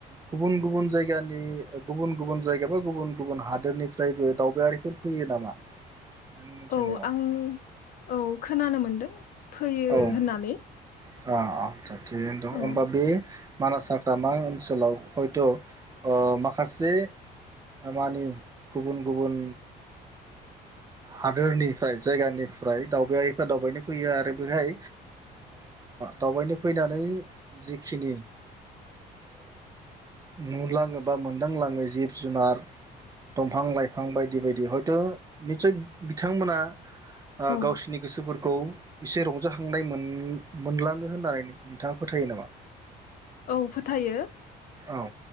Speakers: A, on the right; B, on the left.
A: गुबुन गुबुन जायगा। गुबन गुबन जायगा। एबा गुबुन गुबुन हादोरनिफ्रायबो दावबायारिफोर फैयो नामा। नोंथांनि मिथिनायाव
B: औ आं औ खोनानो मोनदों फैयो
A: औ
B: होननानै।
A: अ अ। थिगैनो दं
B: औ
A: होमबा बे मानासा। हाग्रामा ओनसोलाव हयथ। माखासे मानि गुबुन गुबुन हादोरनिफ्राय जायगानिफ्राय दावबायारिफ्रा दावबायनो फैयो आरो बेहाय दावबायनो फैनानै जिखिनि नुलाङो। बा मोनदांलाङो जिब जुनार दंफां लाइफां बायदि बायदि हयथ' निसय बिथांमोना
B: औ
A: गावसिनि गोसोफोरखौ एसे रंजाखांनाय मोनलाङो होननानै नोंथाङा फोथायो नामा?
B: औ फोथायो मा
A: औ